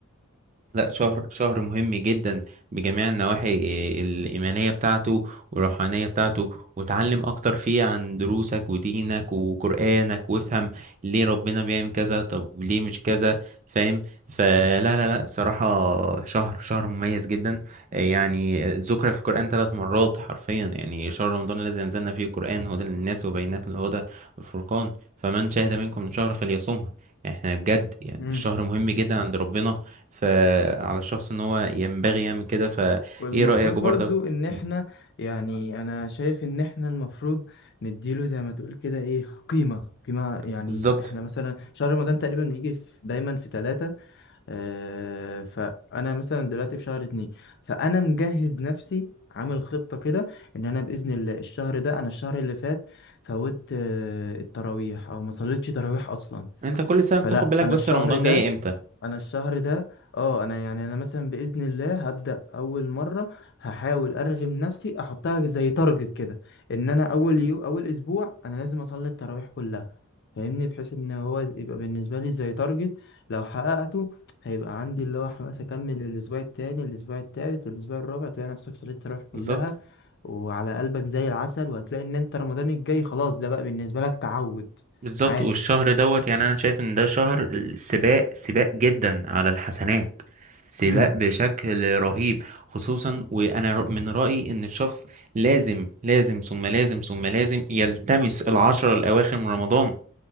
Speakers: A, on the right; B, on the left.
A: لا شهر شهر مهم جدا بجميع النواحي إيه، الإيمانية بتاعته والروحانية بتاعته وتعلم أكتر فيه عن دروسك ودينك وقرآنك وافهم ليه ربنا بيعمل كذا طب ليه مش كذا فاهم فلا لا لا صراحة شهر شهر مميز جدا إيه، يعني ذكر في القرآن ثلاث مرات حرفيا يعني شهر رمضان الذي أنزلنا فيه القرآن هدى للناس وبينات من الهدى والفرقان فمن شهد منكم شهر فليصمه احنا بجد يعني
B: امم
A: الشهر مهم جدا عند ربنا فعلى الشخص ان هو ينبغي يعمل كده فايه
B: والمفروض
A: رأيك
B: برضو
A: برضك
B: ان احنا
A: مم.
B: يعني انا شايف ان احنا المفروض نديله زي ما تقول كده ايه قيمة قيمة يعني
A: بالظبط
B: احنا مثلا شهر رمضان تقريبا بيجي في دايما في ثلاثة اه فانا مثلا دلوقتي في شهر اتنين فانا مجهز نفسي عامل خطة كده ان انا بإذن الله الشهر ده انا الشهر اللي فات فوت اه التراويح او ما صليتش تراويح اصلا
A: انت كل سنة
B: فلا
A: بتاخد بالك
B: انا
A: بس
B: الشهر
A: رمضان
B: ده
A: جاي امتى
B: انا الشهر ده اه انا يعني انا مثلا باذن الله هبدا اول مره هحاول ارغم نفسي احطها زي تارجت كده ان انا اول يو اول اسبوع انا لازم اصلي التراويح كلها فاهمني بحيث ان هو يبقى بالنسبه لي زي تارجت لو حققته هيبقى عندي اللي هو حماس اكمل الاسبوع التاني الاسبوع التالت الاسبوع الرابع تلاقي نفسك صليت التراويح
A: بالظبط
B: كلها وعلى قلبك زي العسل وهتلاقي ان انت رمضان الجاي خلاص ده بقى بالنسبه لك تعود
A: بالظبط
B: عادي
A: والشهر دوت يعني انا شايف ان ده شهر سباق سباق جدا على الحسنات سباق
B: امم
A: بشكل رهيب خصوصا وانا ر- من رأيي ان الشخص لازم لازم ثم لازم ثم لازم يلتمس العشرة الاواخر من رمضان